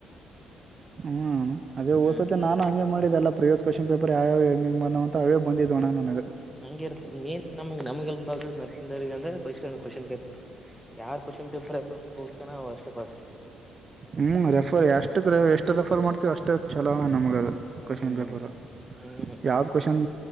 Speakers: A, in the centre; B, on the right.
A: <inaudible>
B: ಹ್ ಅಣ್ಣ ಅದ ಓಸತ್ತೆ
A: ಹ್ಮ್
B: ನಾನು ಹಂಗೆ ಮಾಡಿದೆಲ್ಲ ಪ್ರಿಯಸ್ ಕ್ವೆಶ್ನ್ ಪೇಪರ್ ಯಾವ ಹೆಂಗೆ ಹೆಂ ಬಂದಾವ ಅಂತ ಅವೇ ಬಂದಿದ್ದ ಅಣ್ಣ ನನಗೆ
A: ಹಂಗ ಇರ್ತ ಮನ್ ನಮಗ್ ನಮ್ಗೆಲ್ ಬಾಗ ನರ್ಸಿದಗ ಅಂದ್ರೆ ಕ್ವಶನ್ ಪೇಪರ್ ಯಾರ್ ಕ್ವೆಶ್ಚನ್ ಪೇಪರ್ <unintelligible> ಅವಾ ಅಷ್ಟೆ ಪಾಸ್ ಆಯ್ತನ್..
B: ಹ್ಮ್.. ರೆಫರ್ ಎಷ್ಟಕ್ ಎಷ್ಟು ರೆಫರ್ ಮಾಡ್ತೀವಿ ಅಷ್ಟ ಚಲೋಣ ನಮಗ...
A: ಹ್ಮ್
B: ಕ್ವೆಶ್ಚನ್ ಪೇಪರ್.
A: ಹ್ಮ್
B: ಯಾವ್ದ್ ಕ್ವೆಶ್ಚನ್